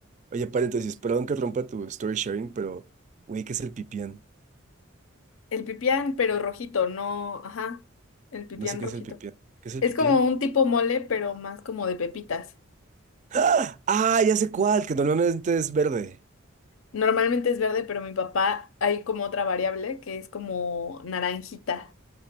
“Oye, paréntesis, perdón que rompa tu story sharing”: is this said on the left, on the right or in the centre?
Right